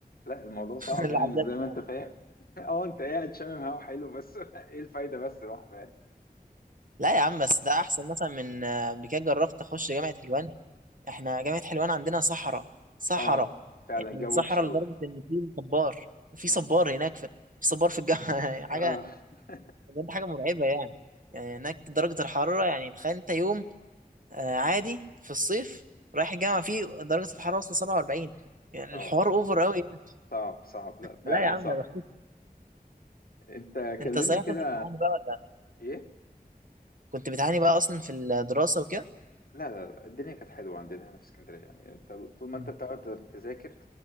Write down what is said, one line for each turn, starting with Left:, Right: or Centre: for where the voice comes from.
Left: لا الموضوع صعب
Right: العذاب
Left: يعني مش زي ما
Right: بتاع
Left: انت
Right: ال-
Left: فاهم <laughs> اه انت قاعد شامم هوا حلو بس <laughs> ايه الفايده بس لوحده يعني؟
Right: لا يا عم بس ده احسن مثلا من آه، قبل كده جربت اخش جامعه حلوان احنا جامعه حلوان عندنا صحراء صحراء
Left: اه فعلا
Right: يعني
Left: الجو
Right: صحراء
Left: وحش قوي
Right: لدرجه ان في صبار في
Left: امم
Right: صبار هناك في في صبار في الجامعه <laughs> حاجه
Left: اه <laughs>
Right: بجد حاجه مرعبه يعني يعني هناك درجه الحراره يعني تخيل انت يوم آه عادي في الصيف رايح الجامعه فيه درجه الحراره وصل 47 يعني
Left: اه
Right: الحوار اوفر قوي يعني.
Left: صعب صعب لا فعلا
Right: لا يا عم
Left: صعب
Right: يا بختك
Left: انت
Right: انت
Left: كلمني
Right: صحيح
Left: كده
Right: كنت بتعاني بقى ولا
Left: ايه
Right: كنت بتعاني بقى اصلا في الدراسه وكده
Left: لا لا لا الدنيا كانت حلوه عندنا هنا في اسكندريه يعني انت طول ما
Right: مم.
Left: انت بتقعد تذاكر